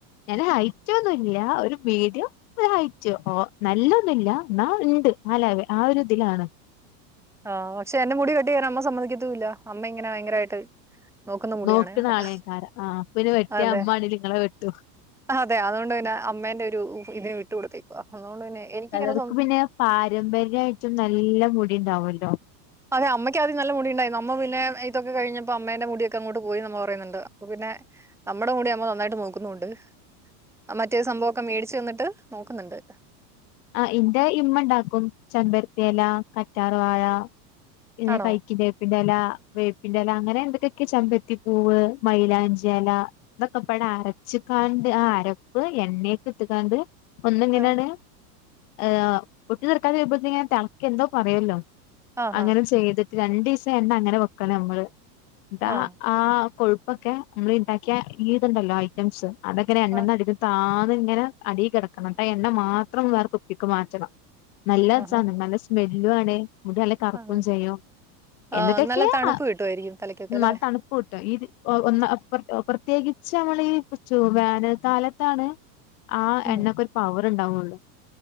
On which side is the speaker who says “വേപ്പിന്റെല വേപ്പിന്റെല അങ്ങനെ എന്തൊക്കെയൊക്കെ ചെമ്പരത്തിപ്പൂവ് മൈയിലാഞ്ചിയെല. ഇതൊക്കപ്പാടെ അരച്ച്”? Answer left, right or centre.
Left